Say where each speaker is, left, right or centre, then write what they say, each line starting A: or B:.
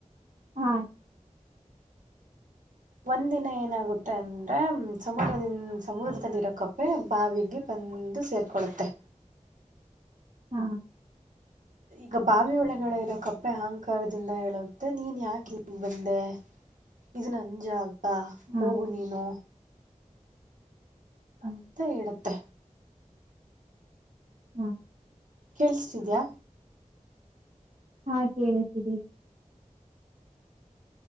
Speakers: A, on the right; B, on the right.
A: ಹಾ
B: ಒಂದ ದಿನ ಏನಾಗುತ್ತೆ ಅಂದ್ರೆ ಸಮುದ್ರದಿಂದ ಸಮುದ್ರದಲ್ಲಿರೋ ಕಪ್ಪೆ ಬಾವಿಗೆ ಬಂದು ಸೇರ್ಕೊಳ್ಳುತ್ತೆ
A: ಹಾ
B: ಈಗ ಬಾವಿ ಒಳಗಡೆ ಇರೋ ಕಪ್ಪೆ ಅಹಂಕಾರದಿಂದ ಹೇಳುತ್ತೆ ನೀನ್ ಯಾಕೆ ಬಂದೆ ಇ ನಂಜ ಆಗ
A: ಹಾ
B: ಹೋಗು ನೀನು
A: ಹಾ
B: ಅಂತ ಹೇಳುತ್ತೆ
A: ಹಾ
B: ಕೇೇಳಸ್ತಿದ್ಯಾ
A: ಹಾ ಕೇಳುತ್ತಿದೆ